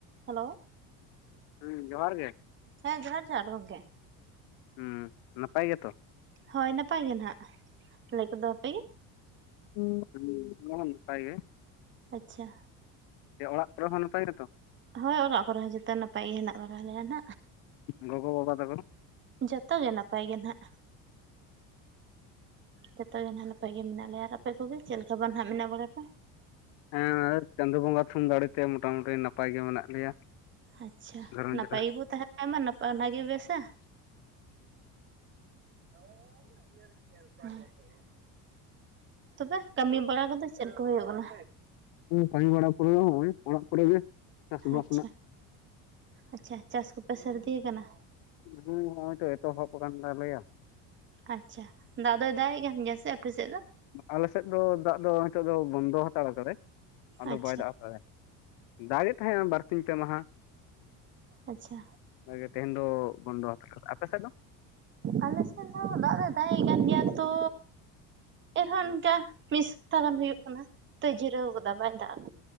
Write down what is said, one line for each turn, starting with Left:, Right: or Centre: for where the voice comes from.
Right: Hello
Left: ᱦᱩᱸ ᱡᱚᱦᱟᱨ ᱜᱮ,
Right: ᱦᱮᱸ ᱡᱚᱦᱟᱨ ᱡᱚᱦᱟᱨ ᱜᱚᱢᱠᱮ
Left: ᱦᱩᱸ ᱱᱟᱯᱟᱭ ᱜᱮ ᱛᱚ,
Right: ᱦᱚᱭ ᱱᱟᱯᱟᱭ ᱜᱮ ᱱᱷᱟᱜ, ᱟᱞᱮ ᱠᱚᱫᱚ ᱟᱯᱮ ᱜᱮ,
Left: ᱦᱩᱸ ᱟᱞᱮ ᱦᱚᱸ ᱱᱟᱯᱟᱭ ᱜᱮ,
Right: ᱟᱪᱪᱷᱟ
Left: ᱡᱮ ᱚᱲᱟᱜ ᱠᱚᱨᱮ ᱦᱚᱸ ᱱᱟᱯᱟᱭ ᱜᱮᱛᱚ,
Right: ᱦᱳᱭ ᱚᱲᱟᱜ ᱠᱚᱨᱮ ᱦᱚᱸ ᱡᱚᱛᱚ ᱱᱟᱯᱟᱭ ᱜᱮ ᱦᱮᱱᱟᱜ ᱵᱚᱱᱟ ᱱᱟᱼᱦᱟᱸᱜ,
Left: ᱜᱚᱜᱚ ᱵᱟᱵᱟ ᱛᱟᱠᱚ,
Right: ᱡᱚᱛᱚ ᱜᱮ ᱱᱟᱯᱟᱭ ᱜᱮ ᱱᱷᱟᱸᱜ, ᱡᱚᱛᱚ ᱜᱮ ᱱᱟᱼᱦᱟᱸᱜ ᱱᱟᱯᱟᱭ ᱜᱮ ᱢᱮᱱᱟᱜ ᱞᱮᱭᱟ ᱟᱨ ᱟᱯᱮ ᱠᱚᱜᱮ ᱪᱮᱫ ᱞᱮᱠᱟ ᱵᱟᱝ ᱦᱟᱸᱜ ᱢᱮᱱᱟᱜ ᱵᱟᱲᱟ ᱯᱮ,
Left: ᱦᱮᱸ ᱪᱟᱸᱫᱳ ᱵᱚᱸᱜᱟ ᱛᱷᱩᱢ ᱫᱟᱲᱮ ᱛᱮ ᱢᱚᱴᱟᱢᱩᱴᱤ ᱱᱟᱯᱟᱭ ᱜᱮ ᱢᱮᱱᱟᱜ ᱞᱮᱭᱟ,
Right: ᱟᱪᱪᱷᱟ
Left: ᱜᱷᱟᱨᱚᱸᱡᱽ
Right: ᱱᱟᱯᱟᱭ
Left: ᱨᱮ
Right: ᱜᱮᱵᱚ ᱛᱟᱦᱮᱸ <unintelligible> ᱚᱱᱟᱜᱮ ᱵᱮᱥᱟ, <inaudible> ᱛᱚᱵᱮ ᱠᱟᱹᱢᱤ ᱵᱟᱲᱟ ᱠᱚᱫᱚ ᱪᱮᱫ ᱠᱚ ᱦᱩᱭᱩᱜ ᱠᱟᱱᱟ?
Left: ᱠᱟᱹᱢᱤ ᱵᱟᱲᱟ ᱠᱚᱫᱚ ᱱᱚᱜ-ᱚᱭ ᱚᱲᱟᱜ ᱠᱚᱨᱮ ᱜᱮ, ᱪᱟᱥᱵᱟᱥ
Right: ᱟᱪᱪᱷᱟ
Left: ᱨᱮᱱᱟᱜ
Right: ᱟᱪᱪᱷᱟ ᱪᱟᱥ ᱠᱚᱯᱮ ᱥᱟᱹᱨᱫᱤ ᱟᱠᱟᱱᱟ,
Left: ᱦᱩᱸ ᱱᱚᱜᱼᱚᱭ ᱛᱚ ᱮᱛᱚᱦᱚᱵ ᱠᱟᱱ ᱛᱟᱞᱮᱭᱟ,
Right: ᱟᱪᱪᱷᱟ ᱫᱟᱜ ᱫᱚᱭ ᱫᱟᱜ ᱮ ᱠᱟᱱ ᱜᱮᱭᱟ ᱥᱮ ᱟᱯᱮᱥᱮᱫ ᱫᱚ?
Left: ᱟᱞᱮ ᱥᱮᱫ ᱫᱚ ᱫᱟᱜ ᱫᱚ ᱱᱤᱛᱚᱜ ᱫᱚ ᱵᱚᱱᱫᱚ ᱦᱟᱛᱟᱲ ᱟᱠᱟᱫᱟᱭ ᱟᱫᱚ
Right: ᱟᱪᱪᱷᱟ
Left: ᱵᱟᱭ ᱫᱟᱜ ᱦᱟᱛᱟᱲᱟ, ᱫᱟᱜᱮᱫ ᱛᱟᱦᱮᱸᱱᱟ ᱵᱟᱨᱥᱤᱧ ᱯᱮ ᱢᱟᱦᱟ,
Right: ᱟᱪᱪᱷᱟ,
Left: ᱚᱱᱟᱜᱮ ᱛᱮᱦᱮᱧ ᱫᱚ ᱵᱚᱱᱫᱚ ᱟᱯᱮ ᱥᱮᱫ ᱫᱚ,
Right: ᱟᱞᱮ ᱥᱮᱫ ᱫᱚ ᱫᱟᱜ ᱫᱚᱭ ᱫᱟᱜ ᱮᱜ ᱠᱟᱱ ᱜᱮᱭᱟ ᱛᱚ, ᱮᱱᱦᱚᱸ ᱚᱱᱠᱟ ᱢᱤᱫ ᱥᱚᱯᱛᱟ ᱜᱟᱱ ᱦᱩᱭᱩᱜ ᱠᱟᱱᱟ, ᱱᱤᱛᱳᱜ ᱡᱤᱨᱟᱹᱣ ᱠᱟᱫᱟ ᱵᱟᱭ ᱫᱟᱜ